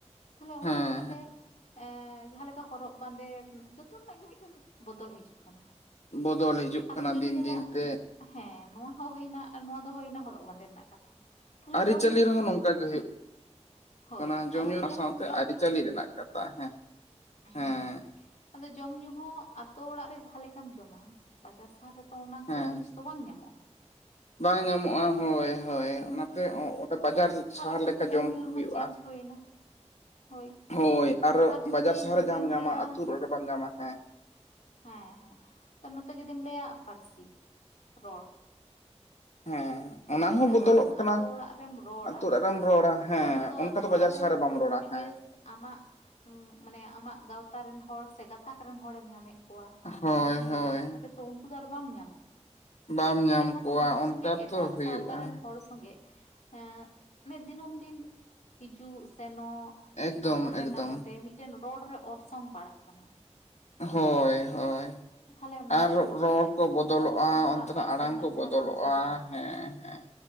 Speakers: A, on the left; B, on the left.
A: ᱛᱟᱦᱞᱮ ᱚᱱᱟ
B: ᱦᱮᱸ
A: ᱦᱚᱛᱮᱜ ᱛᱮ
B: ᱦᱮᱸ
A: ᱮᱸ ᱡᱟᱦᱟᱸ ᱞᱮᱠᱟ ᱦᱚᱨᱚᱜ ᱵᱟᱸᱫᱮ ᱡᱚᱛᱚ ᱨᱮᱱᱟᱜ ᱜᱮ ᱢᱤᱫᱴᱮᱱ ᱵᱚᱫᱚᱞ ᱦᱤᱡᱩᱜ ᱠᱟᱱᱟ
B: ᱵᱚᱫᱚᱞ ᱦᱤᱡᱩᱜ
A: ᱟᱨ
B: ᱠᱟᱱᱟ
A: ᱡᱩᱫᱤᱢ
B: ᱫᱤᱱ
A: ᱧᱮᱞᱟ
B: ᱫᱤᱱᱛᱮ᱾
A: ᱦᱮᱸ ᱱᱚᱣᱟ ᱦᱚᱸ ᱦᱩᱭᱱᱟ ᱱᱚᱣᱟ ᱫᱚ ᱦᱩᱭᱮᱱᱟ ᱦᱚᱨᱚᱜ ᱵᱟᱸᱫᱮ ᱨᱮᱱᱟᱜ ᱠᱟᱛᱷᱟ ᱛᱟᱦᱞᱮ
B: ᱟᱹᱨᱤ-ᱪᱟᱹᱞᱤ
A: ᱡᱚᱢ ᱧᱩ
B: ᱨᱮᱦᱚᱸ ᱱᱚᱝᱠᱟ ᱜᱮ ᱦᱩᱭᱩᱜ
A: ᱦᱳᱭ
B: ᱠᱟᱱᱟ᱾ ᱚᱱᱟ ᱡᱚᱢ
A: ᱟᱫᱚ
B: ᱧᱩ
A: ᱛᱟᱦᱞᱮ
B: ᱥᱟᱶᱛᱮ
A: ᱠᱷᱟᱱ ᱡᱚᱢ
B: ᱟᱹᱨᱤ-ᱪᱟᱹᱞᱤ ᱨᱮᱱᱟᱜ ᱠᱟᱛᱷᱟ ᱦᱮᱸ ᱦᱮᱸ
A: ᱦᱩᱸ, ᱟᱫᱚ ᱡᱚᱢ ᱧᱩ ᱦᱚᱸ ᱟᱛᱳ ᱚᱲᱟᱜ ᱨᱮ ᱡᱟᱦᱟᱸ ᱞᱮᱠᱟᱢ ᱡᱚᱢᱟ ᱵᱟᱡᱟᱨ ᱥᱟᱦᱟᱨ ᱨᱮ ᱛᱚ ᱚᱱᱟ
B: ᱦᱮᱸ᱾
A: ᱠᱚ ᱡᱤᱱᱤᱥ ᱫᱚ ᱵᱟᱝ ᱧᱟᱢᱚᱜᱼᱟ᱾
B: ᱵᱟᱝ ᱧᱟᱢᱚᱜᱼᱟ, ᱦᱳᱭ ᱦᱳᱭ
A: ᱦᱮᱸ
B: ᱚᱱᱟᱛᱮ ᱵᱟᱡᱟᱨ
A: ᱛᱟᱦᱞᱮ
B: ᱥᱟᱦᱟᱨ
A: ᱠᱷᱟᱱ
B: ᱞᱮᱠᱟ
A: ᱫᱚ
B: ᱡᱚᱢ
A: ᱧᱩ ᱨᱮᱦᱚᱸ
B: ᱦᱩᱭᱩᱜᱼᱟ᱾
A: ᱪᱮᱧᱡᱽ ᱦᱩᱭᱱᱟ ᱦᱳᱭ
B: ᱦᱳᱭ ᱟᱨ
A: ᱡᱩᱫᱤ
B: ᱵᱟᱡᱟᱨ ᱥᱟᱦᱟᱨ
A: ᱱᱚᱛᱮᱢ
B: ᱨᱮ ᱡᱟᱦᱟᱸᱢ ᱧᱟᱢᱟ
A: ᱞᱟᱹᱭᱟ
B: ᱟᱹᱛᱩ ᱚᱲᱟᱜ ᱨᱮ ᱵᱟᱢ ᱧᱟᱢᱟ ᱦᱮᱸ
A: ᱦᱮᱸ ᱦᱮᱸ ᱛᱚ ᱱᱚᱛᱮ ᱡᱩᱫᱤᱢ ᱞᱟᱹᱭᱟ ᱯᱟᱹᱨᱥᱤ ᱨᱚᱲ
B: ᱦᱮᱸ
A: ᱡᱟᱦᱟᱸ
B: ᱚᱱᱟ
A: ᱞᱮᱠᱟ
B: ᱦᱚᱸ ᱵᱚᱫᱚᱞᱚᱜ
A: ᱟᱢ
B: ᱠᱟᱱᱟ
A: ᱟᱛᱳ ᱚᱲᱟᱜ ᱨᱮᱢ ᱨᱚᱲᱟ
B: ᱟᱛᱩ ᱚᱲᱟᱜ ᱨᱮᱢ ᱨᱚᱲᱟ ᱦᱮᱸ
A: ᱟᱢ ᱛᱚ
B: ᱚᱱᱠᱟ
A: ᱟᱛᱳ
B: ᱫᱚ
A: ᱚᱲᱟᱜ
B: ᱵᱟᱡᱟᱨ ᱥᱚᱦᱚᱨ ᱨᱮ
A: ᱡᱟᱦᱟᱸ
B: ᱵᱟᱢ ᱨᱚᱲᱟ
A: ᱯᱚᱨᱤᱵᱮᱥ
B: ᱦᱮᱸ
A: ᱟᱢᱟᱜ ᱢᱟᱱᱮ ᱟᱢᱟᱜ ᱜᱟᱶᱛᱟ ᱨᱮᱱ ᱦᱚᱲ ᱥᱮ ᱜᱟᱛᱟᱠ ᱨᱮᱱ ᱦᱚᱲᱮᱢ ᱧᱟᱢᱮᱫ, ᱠᱚᱣᱟ
B: ᱦᱳᱭ
A: ᱢᱮᱱᱠᱷᱟᱱ
B: ᱦᱳᱭ
A: ᱵᱟᱡᱟᱨ ᱥᱟᱦᱟᱨ ᱨᱮᱛᱚ ᱩᱱᱠᱩ ᱫᱚ ᱟᱨ ᱵᱟᱢ ᱧᱟᱢ ᱠᱚᱣᱟ᱾
B: ᱵᱟᱢ ᱧᱟᱢ
A: ᱛᱟᱦᱞᱮ ᱠᱷᱟᱱ
B: ᱠᱚᱣᱟ
A: ᱫᱚ ᱩᱱᱠᱩ
B: ᱚᱱᱠᱟ
A: ᱥᱚᱸᱜᱮ ᱮᱴᱟᱜ
B: ᱛᱚ ᱦᱩᱭᱩᱜᱼᱟ
A: ᱥᱟᱶᱛᱟ ᱨᱮᱱ ᱦᱚᱲ ᱥᱚᱸᱜᱮ ᱮᱸᱜ, ᱩᱱᱟᱹᱜ ᱫᱤᱱᱟᱹᱢ ᱫᱤᱱ ᱦᱤᱡᱩᱜ ᱥᱮᱱᱚᱜ
B: ᱮᱠᱫᱚᱢ
A: ᱛᱟᱦᱮᱸ
B: ᱮᱠᱫᱚᱢ
A: ᱛᱟᱦᱮᱸᱛᱮ ᱢᱤᱫᱴᱮᱱ ᱨᱚᱲ ᱨᱮ ᱚᱨᱥᱚᱝ ᱯᱟᱲᱟᱜ ᱠᱟᱱᱟ
B: ᱦᱳᱭ ᱦᱳᱭ
A: ᱛᱟᱦᱚᱞᱮ ᱱᱚᱝᱠᱟ
B: ᱟᱨ
A: ᱞᱮᱠᱟ
B: ᱨᱚᱲ
A: ᱠᱟᱛᱮᱜ
B: ᱠᱚ ᱵᱚᱫᱚᱞᱚᱜᱼᱟ
A: ᱟᱵᱚᱣᱟᱜ ᱡᱟᱦᱟᱸ
B: ᱚᱱᱛᱮᱱᱟᱜ
A: ᱯᱟᱹᱨᱥᱤ
B: ᱟᱲᱟᱝ
A: ᱨᱮᱱᱟᱜ
B: ᱠᱚ
A: ᱡᱟᱦᱟᱸ
B: ᱵᱚᱫᱚᱞᱚᱜᱼᱟ
A: ᱠᱟᱞᱪᱟᱨ ᱢᱮᱱᱟᱜᱼᱟ
B: ᱦᱮᱸ ᱦᱮᱸ